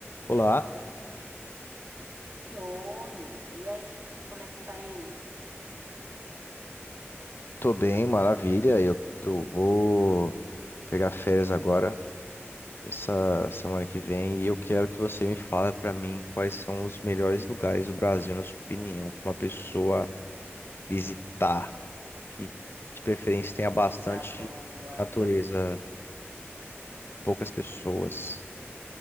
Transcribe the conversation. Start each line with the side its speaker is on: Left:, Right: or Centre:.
Left: Olá,
Right: Oi, e aí, como é que tá indo?
Left: tô bem, maravilha. Eu, eu vou pegar férias agora, essa semana que vem, e eu quero que você me fale pra mim quais são os melhores lugares do Brasil, na sua opinião, pra uma pessoa visitar, que de preferência tenha bastante
Right: Coisa boa.
Left: natureza, poucas pessoas.